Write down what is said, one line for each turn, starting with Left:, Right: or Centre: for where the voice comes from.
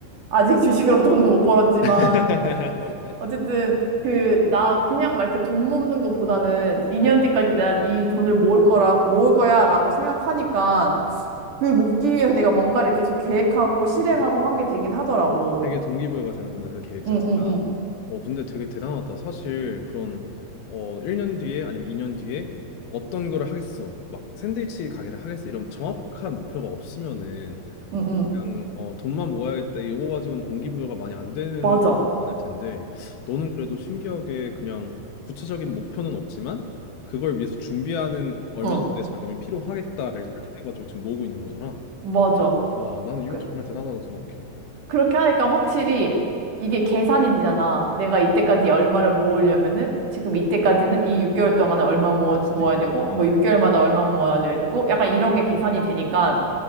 Right: 아직 <laughs> 주식으로 돈은 못 벌었지만
Left: <laughs>
Right: 어쨌든 그 나 그냥 막 이렇게 돈 모으는 것보다는 2년
Left: 어.
Right: 뒤까지 난 이 돈을 모을 거라 모을 거야라고 생각하니까 그 모기 위해서 내가 뭔가를 계속 계획하고 실행하고
Left: 음,
Right: 하게 되긴 하더라고.
Left: 되게 동기부여가 되는구나, 그 계획 자체가.
Right: 응응응
Left: 어, 근데 되게 대단하다. 사실 그런 어, 1년 뒤에 아니면 2년 뒤에 어떤 거를 하겠어. 막 샌드위치 가게를 하겠어. 이런 정확한 목표가 없으면은
Right: 응응
Left: 약간 어, 돈만 모아야겠다 이거 가지고는 동기부여가 많이 안 되는
Right: 맞아.
Left: 사람도 많을 텐데 너는 그래도 신기하게 그냥 구체적인 목표는 없지만 그걸 위해서 준비하는 얼마
Right: 어어어어
Left: 정도의 자금이 필요하겠다를 설정해가지고 지금 모으고 있는 거잖아.
Right: 맞아.
Left: 와 나는 이거
Right: 그
Left: 정말 대단하다고 생각해.
Right: 그렇게 하니까 확실히 이게 계산이 되잖아. 내가 이때까지 얼마를 모으려면은 지금 이때까지는 이 6개월 동안에 얼마 모아,
Left: 그치?
Right: 모아야 되고
Left: 어, 어.
Right: 뭐 6개월마다 얼마 모아줘야 되고 약간 이런 게 계산이 되니까